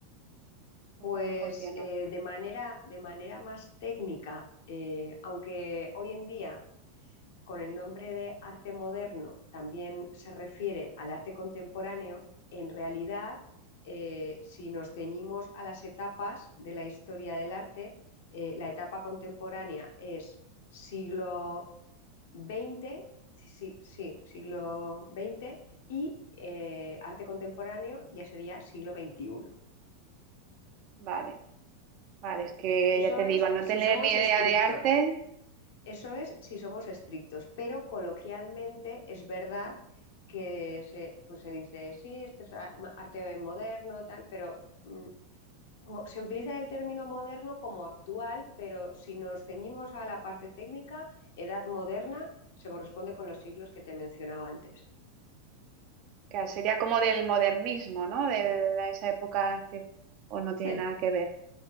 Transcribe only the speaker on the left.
pues
eh, de manera, de manera más técnica, eh, aunque hoy en día con el nombre de arte moderno también se refiere al arte contemporáneo, en realidad, eh, si nos ceñimos a las etapas de la historia del arte, eh, la etapa contemporánea es siglo XX, sí, sí, siglo XX, y eh, arte contemporáneo ya sería siglo XXI.
Eso
es
si
somos
estrictos.
Eso es si somos estrictos, pero coloquialmente es verdad que se, pues se dice, sí, esto es a- arte moderno, tal, pero mm, mo- se utiliza el término moderno como actual, pero si nos ceñimos a la parte técnica, edad moderna se corresponde con los siglos que te mencionaba antes.
Sí,